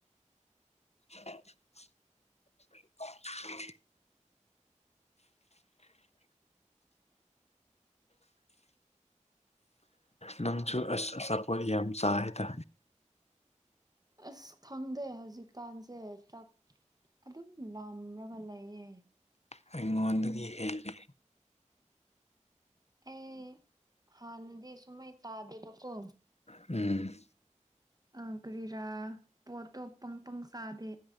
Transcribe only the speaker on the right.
ꯑꯁ ꯈꯪꯗꯦ ꯍꯧꯖꯤꯛꯀꯥꯟꯁꯦ ꯆꯥꯛ ꯑꯗꯨꯝ ꯂꯥꯝꯔꯒ ꯂꯩꯌꯦ
ꯑꯩ ꯍꯥꯟꯅꯗꯤ ꯁꯨꯝꯃꯥꯢ ꯆꯥꯗꯦꯕꯀꯣ
ꯑ ꯀꯔꯤꯔꯥ ꯄꯣꯠꯇꯣ ꯄꯪ ꯄꯪ ꯆꯥꯗꯦ